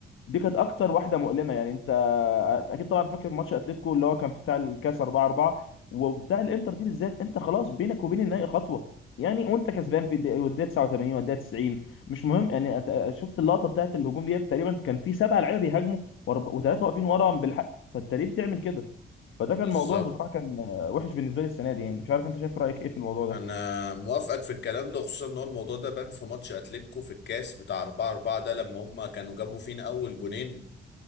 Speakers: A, on the left; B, on the left.
A: دي كانت اكتر واحده مؤلمه يعني انت اكيد طبعا فاكر ماتش اتلتيكو اللي هو كان في بتاع الكاس 4 4 وبتاع الانتر دي بالذات انت خلاص بينك وبين النهائي خطوه يعني وانت كسبان في الدقيقه والدقيقة 89 والدقيقه 90 مش مهم يعني أت- شفت اللقطه بتاعت الهجوم ديت تقريبا كان في سبع لعيبه بيهاجموا وثلاثه واقفين ورا بالحق فانت ليه بتعمل كده فده كان
B: بالظبط
A: موضوع بصراحه كان آه، وحش بالنسبه لي السنه دي يعني مش عارف انت شايف رايك ايه في الموضوع
B: انا
A: ده
B: موافقك في الكلام ده خصوصا ان هو الموضوع ده بان في ماتش اتلتيكو في الكاس بتاع 4 4 ده لما هم كانوا جابوا فينا اول جونين